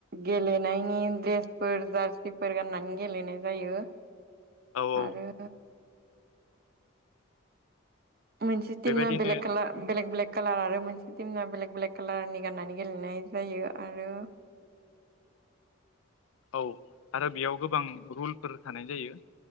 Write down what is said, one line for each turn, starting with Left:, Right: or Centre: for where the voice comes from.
Right: गेलेनाय नि द्रेसफोर जार्सिफोर गाननानै गेलेनाय जायो।
Left: औ औ
Right: आरो मोनसे
Left: बेबायदिनो
Right: टिमा बेलेग खालार बेलेग बेलेग कालार आरो मोनसे टिमना बेलेक बेलेक कालारनि गाननानै गेलेनाय जायो आरो
Left: औ आरो बेयाव गोबां रुलफोर थानाय जायो